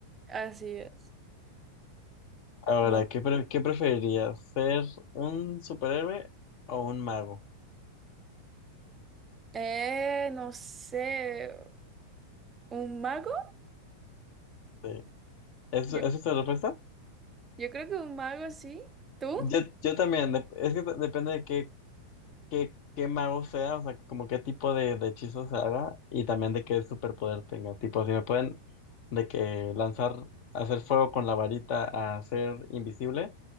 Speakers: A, on the right (about 20°); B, on the left (about 45°).
A: así es.
B: Ahora,
A: Bueno,
B: ¿qué, pre- qué preferirías? ¿Ser un superhéroe o un mago?
A: eh, no sé, ¿un mago?
B: Sí. ¿Es,
A: Yo,
B: es esta tu respuesta?
A: yo creo que un mago, sí. ¿Tú?
B: Yo, yo también, dep- es que depende de qué, qué, qué mago sea, o sea, como qué tipo de, de hechizos haga y también de qué superpoder tenga. Tipo, si me pueden de que lanzar, hacer fuego con la varita a ser invisible,